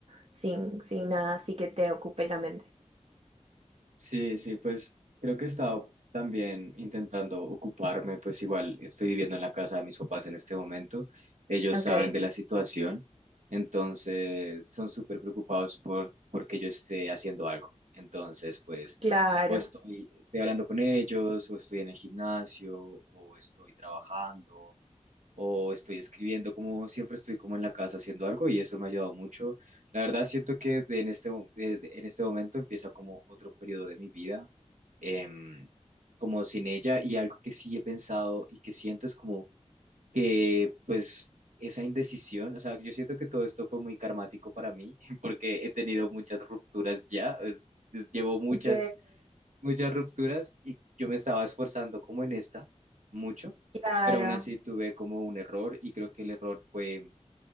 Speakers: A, on the right; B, on the right.
A: sin, sin nada así que te ocupe la mente.
B: Sí, sí, pues creo que he estado también intentando ocuparme, pues igual estoy viviendo en la casa de mis papás en este momento, ellos
A: Ok,
B: saben de la situación, entonces son súper preocupados por porque yo esté haciendo algo. Entonces, pues
A: claro.
B: o estoy, estoy hablando con ellos, o estoy en el gimnasio, o estoy trabajando, o estoy escribiendo, como siempre estoy como en la casa haciendo algo y eso me ha ayudado mucho. La verdad siento que de en este, mo- eh, de- en este momento empieza como otro periodo de mi vida, em, como sin ella y algo que sí he pensado y que siento es como que pues esa indecisión, o sea, yo siento que todo esto fue muy karmático para mí <laughs> porque he tenido muchas rupturas ya, es- es- llevo muchas
A: Ok,
B: muchas rupturas y yo me estaba esforzando como en esta mucho,
A: claro.
B: pero aún así tuve como un error y creo que el error fue